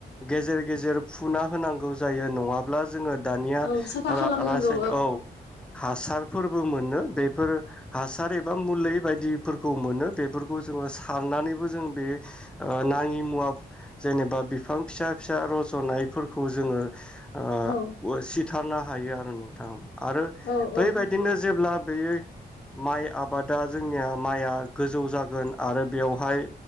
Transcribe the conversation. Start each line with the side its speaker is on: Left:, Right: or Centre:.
Centre: गेजेर गेजेर फुना होनांगौ जायो नङाब्ला जोङो दानिया
Left: औ साफा खालामनांगौ
Centre: रायन <unintelligible> औ हासार फोरबो मोनो बेफोर हासार एबा मुलि बायदिफोरखौ मोनो बेफोरखौ जोङो सारनानैबो जों बे नाङि मुवा जेनेबा बिफां फिसा फिसा रजनायफोरखौ जोङो आत
Left: औ
Centre: <unintelligible> थारनो हायो आरो नोंथां आरो
Left: औ
Centre: बेबायदिनो
Left: औ
Centre: जेब्ला बे माइ आबादा जोंनिया माइआ गोजौ जागोन आरो बेवहाय